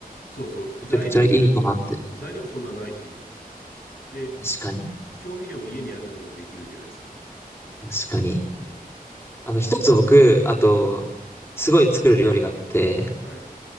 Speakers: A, on the left; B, on the left.
A: そうそう、
B: めちゃくちゃいいかなって。
A: 材料費も、材料もそんなないしね。で、
B: 確かに。
A: 調味料も家にあるのでできるじゃないですか。
B: 確かに。
A: うん。
B: あの、一つ僕、あと、すごい作る料理があって、
A: はい。